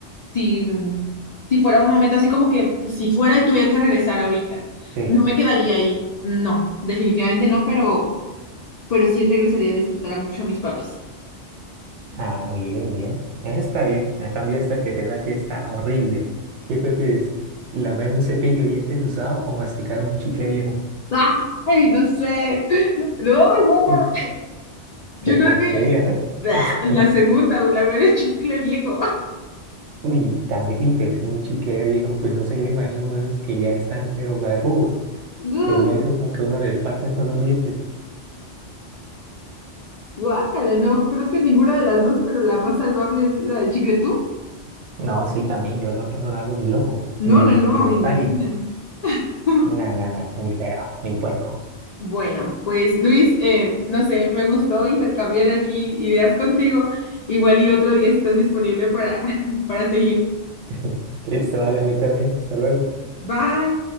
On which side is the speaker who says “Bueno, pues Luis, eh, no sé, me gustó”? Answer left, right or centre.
Left